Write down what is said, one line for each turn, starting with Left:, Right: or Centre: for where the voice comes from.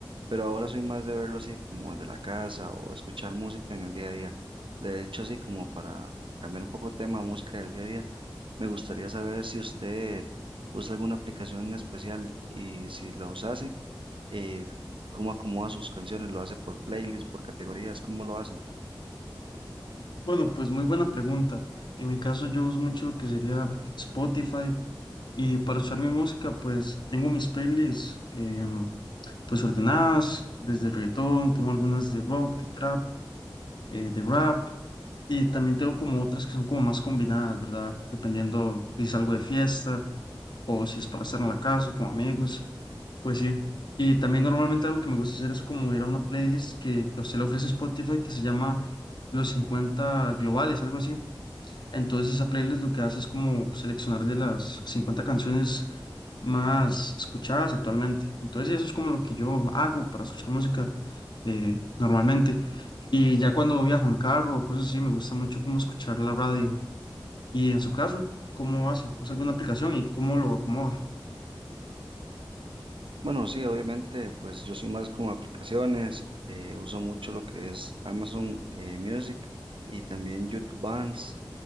Right: pero ahora soy más de verlo así como desde la casa o escuchar música en el día a día. De hecho, así como para cambiar un poco el tema de música del día a día, me gustaría saber si usted usa alguna aplicación en especial y si la usase, eh, cómo acomoda sus canciones, lo hace por playlists por categorías, cómo lo hace.
Left: Bueno, pues muy buena pregunta. En mi caso yo uso mucho lo que sería Spotify y para escuchar mi música pues tengo mis playlists em, pues ordenadas, desde reggaetón, tengo algunas de rock, de trap, eh, de rap y también tengo como otras que son como más combinadas, ¿verdad? Dependiendo si salgo de fiesta o si es para estar en la casa con amigos. Pues sí. Y también normalmente algo que me gusta hacer es como ir a una playlist que, que a usted le ofrece Spotify que se llama Los cincuenta Globales, algo así. Entonces esa playlist lo que hace es como seleccionar de las 50 canciones más escuchadas actualmente. Entonces sí, eso es como lo que yo hago para escuchar música eh, normalmente. Y ya cuando viajo en carro o cosas así, me gusta mucho como escuchar la radio. Y en su caso, ¿cómo hace? ¿Usa alguna aplicación y cómo lo acomoda?
Right: Bueno, sí, obviamente, pues yo soy más como aplicaciones, eh, uso mucho lo que es Amazon eh, Music y también YouTube Bands.